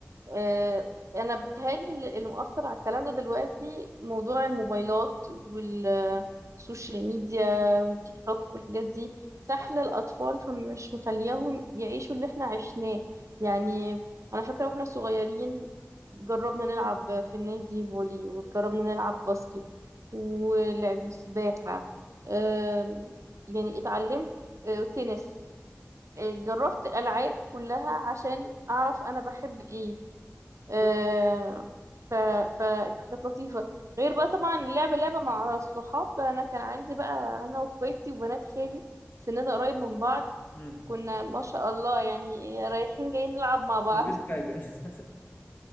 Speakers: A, on the right (about 65°); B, on the left (about 35°).
A: آه، انا بتهيألي اللي اللي مؤثر على الكلام ده دلوقتي موضوع الموبايلات والسوشيال ميديا والتيك توك والحاجات دي سحلة
B: صح
A: الأطفال فمش مخلياهم يعيشوا اللي احنا عشناه يعني أنا فاكرة واحنا صغيرين جربنا نلعب في النادي فولي وجربنا نلعب باسكت ولعب سباحة آم، يعني اتعلمت آه، تنس آه، جربت الألعاب كلها عشان أعرف أنا بحب إيه آه،
B: بالظبط
A: ف... فكانت لطيفة غير بقى طبعا لعبة لعبة مع الصحاب أنا كان عندي بقى أنا وأخواتي وبنات خالي سننا قريب من بعض
B: مم.
A: كنا ما شاء الله يعني رايحين جايين نلعب مع بعض
B: سايبين حاجة <laughs>